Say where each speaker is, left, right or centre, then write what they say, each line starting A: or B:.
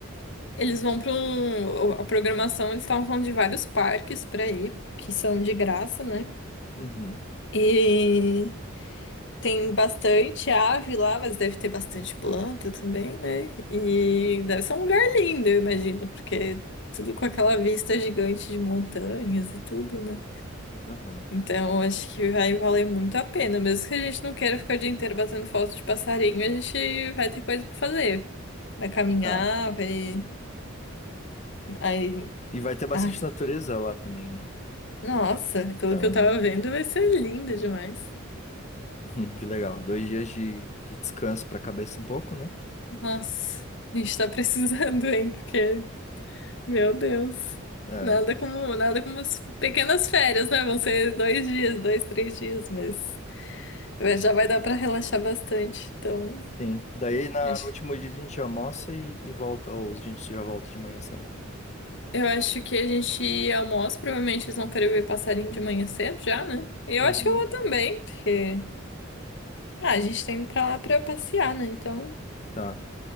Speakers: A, on the left (about 60°); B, on the left (about 35°).
A: eles vão pra um. A programação, eles estavam falando de vários parques pra ir, que são de graça, né?
B: Uhum,
A: E Tem bastante ave lá, mas deve ter bastante planta também, né? E deve ser um lugar lindo, eu imagino, porque tudo com aquela vista gigante de montanhas e tudo, né?
B: aham.
A: Então, acho que vai valer muito a pena. Mesmo que a gente não queira ficar o dia inteiro batendo foto de passarinho, a gente vai ter coisa pra fazer. Vai caminhar,
B: Tá.
A: vai. Aí.
B: E vai ter bastante
A: Ai,
B: natureza lá também, né?
A: nossa,
B: Então,
A: pelo que eu tava vendo, vai ser lindo demais.
B: <laughs> que legal. Dois dias de, de descanso pra cabeça um pouco, né?
A: Nossa, a gente tá precisando, hein? Porque Meu Deus.
B: É,
A: Nada como, nada como as pequenas férias, né? Vão ser dois dias, dois, três dias, mas mas já vai dar pra relaxar bastante. Então,
B: sim. Daí na,
A: acho-
B: no último dia a gente almoça e, e volta, ou a gente já volta de manhã, será?
A: eu acho que a gente almoça. Provavelmente eles vão querer ver passarinho de manhã cedo já, né? E
B: Uhum.
A: eu acho que eu vou também, porque ah, a gente tá indo pra lá pra passear, né? Então,
B: Tá.